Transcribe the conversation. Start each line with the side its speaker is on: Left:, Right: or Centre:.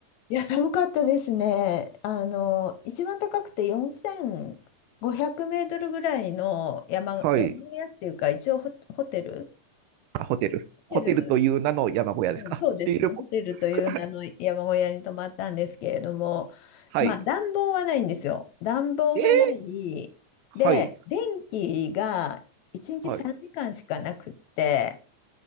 Left: いや、寒かったですね。あの、一番高くて4500メートルぐらいの山、
Right: はい。
Left: 山小屋っていうか、一応ホ、ホテル。
Right: あ、ホテル。
Left: ホテル
Right: ホテルという名の山小屋ですか。
Left: うん、そうですね。
Right: っていうよりも
Left: ホテルという名の山小屋に泊まったんですけれども、
Right: <laughs> はい。
Left: まあ暖房はないんですよ。暖房がない。
Right: えー、はい。
Left: で、電気が1日3時間しかなくって、
Right: はい。